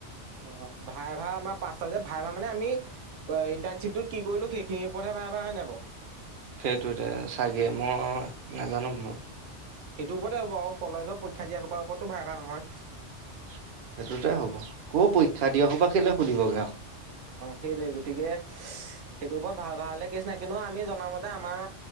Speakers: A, on the right (about 80°); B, on the right (about 50°).
A: অ, ভাইভা আমাৰ পাঁচটা যে, ভাইভা মানে আমি ইণ্টাৰ্ণশ্বিপটো কি কৰিলোঁ সেইখিনিৰ ওপৰতহে ভাইভা, হয় নাই বাৰু?
B: সেইটোতে চাগে, মই নাজানো বাৰু।
A: সেইটো ওপতে হ'ব আৰু, কলেজৰ পৰীক্ষা দিয়া সোপাৰ ওপৰতটো ভাইভা নহয়।
B: সেইটোতে হ'ব। কো পৰীক্ষা দিয়া সোপা কেলে সুধিবগে আৰু।
A: অ সেইটোৱেই। গতিকে সেইটোৰ ওপৰত ভাইভা হ'লে কেছ নাই। কিন্তু আমি জনা মতে আমাৰ,